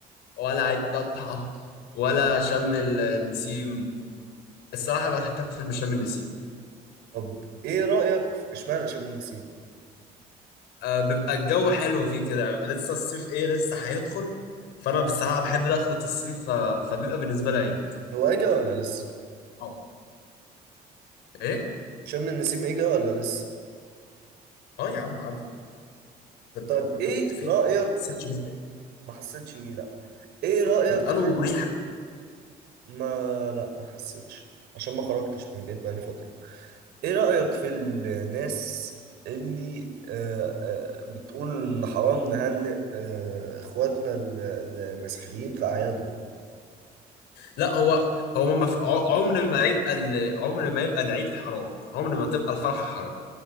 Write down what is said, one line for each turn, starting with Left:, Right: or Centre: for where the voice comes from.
Left: ولا عيد تضحى ولا شم النسيم الصراحه بحتفل بشم النسيم
Right: طب ايه رأيك في اشمعنى شم النسيم
Left: أه بيبقى الجو حلو فيه كده بيبقى لسه الصيف ايه لسه هيدخل فانا بصراحه بحب دخلة الصيف ف... فبيبقى بالنسبه لي عيد
Right: هو اجا ولا لسه
Left: اه ايه
Right: شم النسيم اجا ولا لسه
Left: اه يا عم عاد انت
Right: طب
Left: ما انت
Right: ايه
Left: كنت فين
Right: رأيك
Left: انت ما حسيتش بيه ازاي
Right: ما حسيتش بيه لا ايه رأيك
Left: بيبقى
Right: في
Left: له ريحه
Right: ما لا ما حسيتش عشان ما خرجتش من البيت بقالي فترة ايه رأيك في الناس اللي آه، آه، بتقول ان حرام نهنئ آه، اخواتنا ال- المسيحيين في اعيادهم
Left: لا هو هو ما في- ع- عمر ما يبقى ال... عمر ما يبقى العيد حرام عمر ما تبقى الفرحة حرام